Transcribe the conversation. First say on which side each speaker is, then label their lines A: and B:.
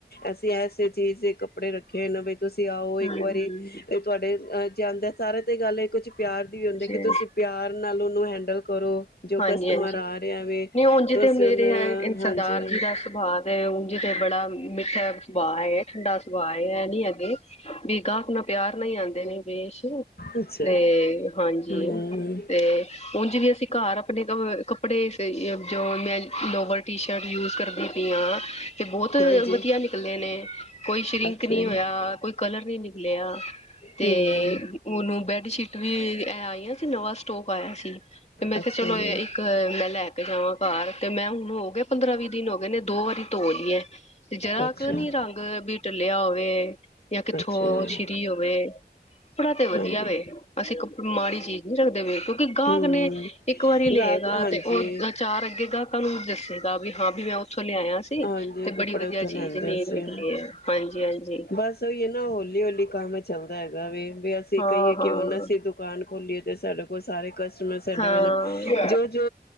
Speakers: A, on the left (about 65°); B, on the left (about 40°).
A: ਅਸੀਂ ਐਸੇ ਚੀਜ਼ ਦੇ ਕੱਪੜੇ ਰੱਖੇ ਇਹਨਾਂ ਵਿੱਚ ਤੁਸੀਂ ਆਓ ਇੱਕ
B: ਹਮ
A: ਵਾਰੀ,
B: ਹਾਂਜੀ
A: ਤੁਹਾਡੇ ਅ ਜਾਂੰਦ ਸਾਰਾ ਤੇ ਗੱਲ ਹੈ ਕੁਝ ਪਿਆਰ ਦੀ ਵੀ ਹੁੰਦੇ ਕਿ
B: ਹਾਂਜੀ
A: ਤੁਸੀਂ ਪਿਆਰ ਨਾਲ ਉਹਨੂੰ ਹੈਂਡਲ ਕਰੋ। ਜੋ
B: ਹਾਂਜੀ,
A: ਕਸਟਮਰ
B: ਹਾਂਜੀ
A: ਆ ਰਿਹਾ ਵੇ
B: ਨਹੀਂ ਉਂਝ
A: ਤੁਸੀਂ
B: ਤੇ ਮੇਰੇ
A: ਉਹਨੂੰ
B: ਹੈ
A: ਹਾਂਜੀ
B: ਸਰਦਾਰ ਜੀ ਦਾ ਸੁਭਾਅ ਵੇ ਉਂਝ ਤੇ ਬੜਾ ਮਿੱਠਾ ਸੁਭਾਅ ਏ ਠੰਡਾ ਸੁਭਾਅ ਏ ਇਹ ਨੀ ਅਗੇ ਵੀ ਗਾਹਕ ਨਾ ਪਿਆਰ ਨਈਂ ਆੰਦੇ ਨੀ ਵੇਸ਼ <unintelligible>
A: ਅੱਛਾ
B: ਤੇ ਹਾਂਜੀ
A: ਹੂੰ
B: ਤੇ ਉਝ ਵੀ ਅਸੀਂ ਘਰ ਕਪੜੇ ਜੋ ਮੈਂ ਲੋਵਰ ਟੀ- ਸ਼ਰਟ ਯੂਜ ਕਰਦੀ ਪਈ ਆ ਏ ਬਹੁਤ
A: ਹਾਂਜੀ
B: ਵਧੀਆ ਨਿਕਲੇ ਨੇ। ਕੋਈ ਸ਼ਰਿੰਕ
A: ਅੱਛਾ
B: ਨਹੀਂ
A: ਜੀ
B: ਹੋਇਆ ਕੋਈ ਕਲਰ ਵੀ ਨਿਕਲਿਆ। ਤੇ
A: ਹੂੰ
B: ਉਹਨੂੰ ਬੈਠ ਬ ਸ਼ੀਟ ਵੀ ਆਈਆਂ ਸੀ, ਨਵਾਂ ਸਟੋਕ ਆਇਆ ਸੀ।
A: ਅੱਛਾ
B: <unintelligible> ਚਲੋ
A: ਜੀ
B: ਇੱਕ ਮੈਂ ਲੈ ਕੇ ਜਾਵਾਂ ਬਾਹਰ ਤੇ ਮੈਂ ਹੁਣ ਹੋ ਗਿਆ ਪੰਦਰਾਂ ਵੀਹ ਦਿਨ ਹੋ ਗਏ ਨੇ ਦੋ ਵਾਰੀ ਧੋ ਲਈ ਏ। ਤੇ ਜਰਾ
A: ਅੱਛਾ
B: ਕੁ ਨੀ ਰੰਗ ਬਿ ਟਲਿਆ ਹੋਵੇ। <unintelligible> ਵੇ ਜਾਂ ਕਿੱਥੋਂ
A: ਅੱਛਾ ਜੀ
B: ਸ਼੍ਰਿੰਕ ਹੋਵੇ ਕੱਪੜਾ ਤੇ ਵਧੀਆ
A: ਹਾਂਜੀ
B: ਵੇ ਅਸੀਂ ਕ ਮਾੜੀ ਚੀਜ਼ ਨਹੀਂ ਰੱਖਦੇ ਪ <unintelligible> ਕਿਉਂਕਿ ਗਾਹਕ
A: ਹੂੰ
B: ਨੇ ਇੱਕ ਵਾਰੀ ਲਏਗਾ
A: ਗਾਹਕ ਹਾਂਜੀ,
B: ਤੇ ਉਹ ਚਾਰ ਅੱਗੇ ਗਾਹਕਾਂ ਨੂੰ ਵੀ ਦੱਸੇਗਾ ਵੀ ਹਾਂ ਵੀ ਮੈਂ ਉੱਥੋਂ ਲਿਆਇਆ ਸੀ
A: ਹਾਂਜੀ
B: ਤੇ
A: ਕੱਪੜੇ
B: ਬੜੀ ਵਧੀਆ
A: ਉੱਥੇ
B: ਚੀਜ਼
A: ਲਿਆਂਦੇ
B: ਨੇ
A: ਸੀ
B: ਨਿਕਲੀ ਹੈ ਹਾਂਜੀ ਹਾਂਜੀ
A: ਬਸ ਉਹੀ ਹੈ ਨਾ ਹੌਲੀ ਹੌਲੀ ਕੰਮ ਚੱਲਦਾ ਹੈਗਾ ਵੇ। ਵਿ ਅਸੀਂ
B: ਹਾਂ
A: ਕਹੀਏ ਕਿ
B: ਹਾਂ
A: ਹੂਨ ਅਸੀ ਦੁਕਾਨ ਖੋਲੀਏ ਤੇ ਸਾਡੇ ਕੋਲ ਸਾਰੇ ਕ <unintelligible> ਸਾਡੇ
B: ਹਾਂ
A: ਵਲ
B: ਹਾਂਜੀ
A: ਜੋ ਜੋ